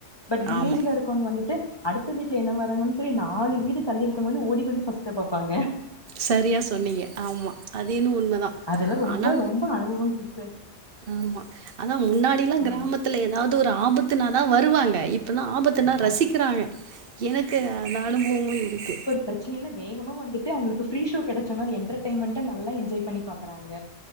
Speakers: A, on the left; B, on the right.
A: பட் வில்லேஜ்ல
B: ஆமா
A: இருக்கவங்க வந்துட்டு அடுத்த வீட்டுல என்ன வராறங்கன்னு சொல்லி நாலு வீடு தள்ளிருக்கங்க வந்து ஓடி வந்து ஃபஸ் டா பாப்பாங்க
B: சரியா சொன்னீங்க ஆமா அது இன்னு உண்மதா
A: அதெல்லா ரொம்ப
B: ஆனா
A: ரொம்ப அனுபவம் சிஸ்டர்
B: ஆமா அதா முன்னாடில்லா
A: ம்
B: கிராமத் த்துல எதாவது ஒரு ஆபத்துனாதா வருவாங்க இப்பன்னா ஆபத்துனா
A: ஆ
B: ரசிக்கிறாங்க எனக்கு அந்த அனுபவமு இருக்கு
A: பிரச்சனன்னா வேகமா வந்துட்டு அவங்களுக்கு ஃப்ரீ ஷோ கெடச்ச மாரி என்டர்டெய்மெண்டா நல்லா எஞ்ஜாய் பண்ணி பாக்குறாங்க